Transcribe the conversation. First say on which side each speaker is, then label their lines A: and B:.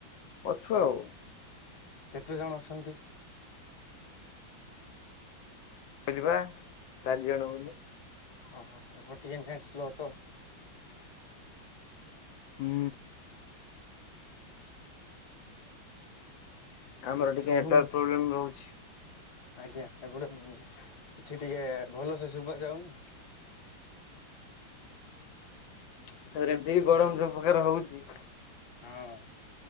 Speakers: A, on the left; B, on the left.
A: ଅଛୁ
B: ହୁଁ
A: ଆଉ।
B: କେତେ ଜଣ ଅଛନ୍ତି।
A: କଲିବା ଚାରି ଜଣ ବୋଲି।
B: ଓହୋ ଏପଟେ ଟିକେ ନେଟ୍ ସ୍ଲୋ ତ।
A: ହୁଁ। ଆମର ଟିକେ
B: ଶୁଭୁନି
A: ନେଟ୍ ୱାର୍କ ପ୍ରୋବ୍ଲେମ୍ ରହୁଛି।
B: ଆଜ୍ଞା ଏପଟେ କିଛି ଟିକେ ଭଲ ସେ ଶୁଭା ଯାଉନି।
A: ତା ପରେ ଏମିତି ବି
B: ସେଥିପାଇଁ
A: ଗରମ ଯୋଉ ପ୍ରକାରେ ହୋଉଚି।
B: ହଁ